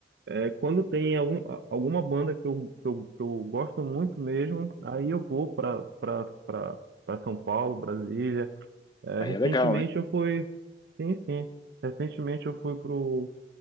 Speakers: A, on the right; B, on the left.
A: é, quando tem algum, a- alguma banda que eu, que eu, que eu gosto muito mesmo, aí eu vou para para São Paulo, Brasília. É,
B: Aí
A: recentemente
B: é legal, né?
A: eu fui. Sim, sim. Recentemente eu fui pro,